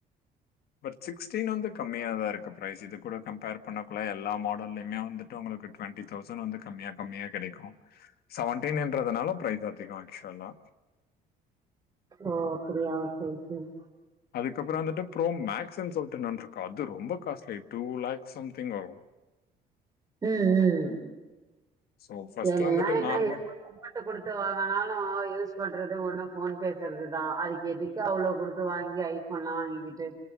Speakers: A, on the left; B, on the right.
A: பட் சிக்ஸ்டீன் வந்து கம்மியாதா இருக்கு ஃபிரைஸ் இது கூட கம்ஃபேர் பண்ணக்குள்ள எல்லா மாடல்லியுமே வந்துட்டு உங்களுக்கு ட்வெண்டி தௌசண்ட் வந்து கம்மியா கம்மியா கெடைக்கு செவன்டீன் இன்றதுனால ஃப்ரைஸ் அதிகோ ஆக்சுவலா
B: ஓ அப்டியாச் சேர் சேர்
A: அதுக்கப்றோ வந்துட்டு ஃப்ரோ மேக்ஸ்ன்னு சொல்ட்டு இன்னொன்னு இருக்கு அது ரொம்ப காஸ்ட்லி டூ லேக்ஸ் சம்திங் ஆகு
B: ம் ம்
A: ஸோ ஃபர்ஸ்ட்
B: எல்லா
A: வந்துட்டு
B: என்ன
A: நார்மல்
B: அமௌண்டு குடுத்து வாங்கனாலு யூஸ் பண்றது ஒண்ணு ஃபோன் பேசுறதுதா அதுக்கு எதுக் க்கு அவ்ளோ குடுத்து வாங்கி ஐ போன்லா வாங்கிக்கிட்டு